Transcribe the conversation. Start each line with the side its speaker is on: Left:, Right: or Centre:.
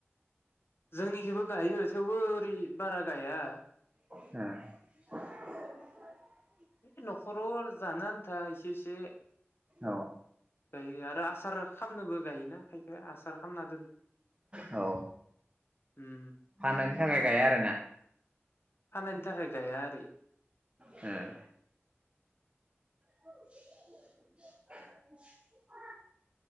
Left: जोंनिखिबो गायो थेवबो ओरै बारा गाया
Right: ओ <unintelligible>
Left: ए न'खराव आरो जानो आन्था इसे इसे
Right: औ।
Left: गायो आरो आसार खालामनैबो गायोना? बे आसार खालामना दोनो।
Right: औ
Left: उम
Right: <unintelligible> गाया आरोना।
Left: फाननायनि थाखाय गाया आरो ना
Right: हम। <inaudible>